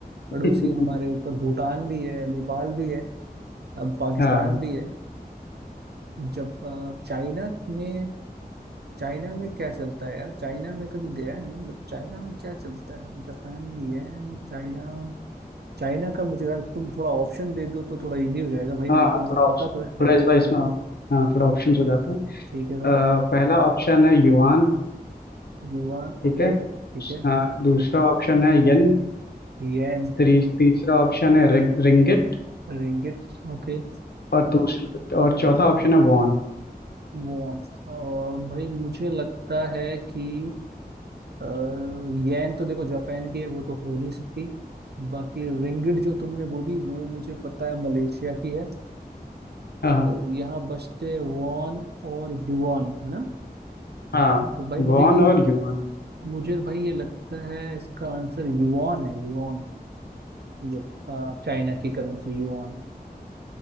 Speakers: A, on the left; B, on the right.
A: <laughs>
B: पड़ोसी हमारे ऊपर भूटान भी है नेपाल भी है अब पाकिस्तान
A: हाँ हाँ
B: भी है अ, जब अ, चाइना में चाइना में क्या चलता है यार चाइना में कभी गया नहीं बट चाइना में क्या चलता है जापान में येन चाइना चाइना का मुझे यार तुम थोड़ा ऑप्शन दे दो तो थोड़ा इजी हो जाएगा भाई
A: हाँ
B: मेरे
A: हाँ,
B: को मतलब
A: थोड़ा ऑप्शन
B: पता तो है
A: थोड़ा
B: हाँ
A: इस बार इसमें हाँ थोड़ा ऑप्शन हो जाते हैं
B: ठीक
A: अ,
B: है भाई
A: पहला ऑप्शन है युआन
B: युआन
A: ठीक
B: ओके
A: है
B: ठीक है
A: हाँ दूसरा ऑप्शन है यन
B: येन
A: त्री, तीसरा ऑप्शन है रिग, रिंगिट
B: Ringgit okay
A: और दूसरा और चौथा ऑप्शन है वॉन
B: वॉन और भाई मुझे लगता है कि अ, येन तो देखो जापान की है वो तो हो नहीं सकती बाकी रिंगिट जो तुमने बोली वो मुझे पता है मलेशिया की है
A: हाँ
B: तो यहाँ बचते हैं वॉन और युआन है ना
A: हाँ
B: तो भाई मुझे
A: वॉन
B: ये
A: और युआन
B: मुझे भाई ये लगता है इसका आंसर युआन है युआन जो अ, चाइना की करेंसी युआन